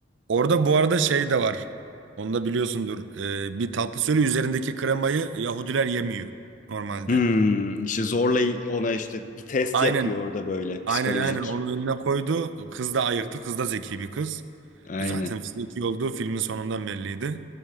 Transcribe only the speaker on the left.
Hmm, işte zorla ona işte bir test
yapıyor orada böyle psikolojik.
Aynen.